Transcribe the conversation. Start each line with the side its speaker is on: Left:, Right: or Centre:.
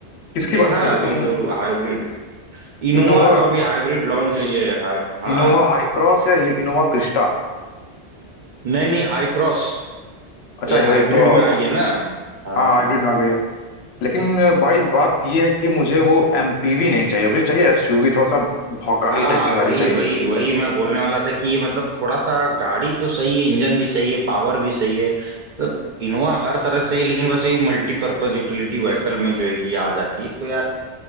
Left: किसकी
Right: देखा
Left: बात करो
Right: है अभी
Left: तुम
Right: जो हाइब्रिड इनोवा
Left: इनोवा
Right: जो अभी हाइब्रिड लॉन्च हुई है हाई- हाँ
Left: इनोवा हाई क्रॉस या इनोवा क्रिस्टा
Right: नहीं नहीं हाई क्रॉस
Left: अच्छा
Right: ये हाइब्रिड
Left: हाई क्रॉस
Right: में आई है ना हाँ
Left: हाँ हाइब्रिड आ गई है लेकिन अ, भाई बात ये है कि मुझे वो एमपीवी नहीं चाहिए मुझे चाहिए एसयूवी थोड़ा सा भौकाली
Right: हाँ
Left: टाइप की गाड़ी
Right: वही
Left: चाहिए
Right: वही वही मैं बोलने वाला था कि ये मतलब थोड़ा सा गाड़ी तो सही है इंजन भी सही है पावर भी सही है मतलब इनोवा हर तरह से ही लेकिन बस यही मल्टीपर्पज यूटिलिटी व्हीकल में जो है कि आ जाती है तो यार